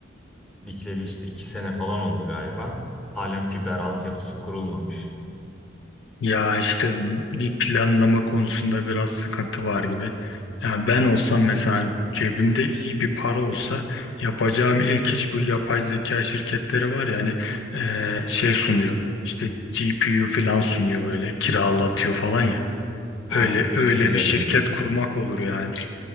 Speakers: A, in the centre; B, on the left.
A: dikileli işte iki sene falan oldu galiba. Halen fiber altyapısı kurulmamış.
B: Ya işte bir planlama konusunda biraz sıkıntı var gibi. Yani ben olsam mesela cebimde iyi bir para olsa yapacağım ilk iş bu yapay zeka şirketleri var ya hani eee, şey sunuyor. İşte GPU falan sunuyor böyle kiralatıyor falan ya. Öyle
A: Yani
B: öyle
A: şey üzerine
B: bir şirket kurmak olur yani.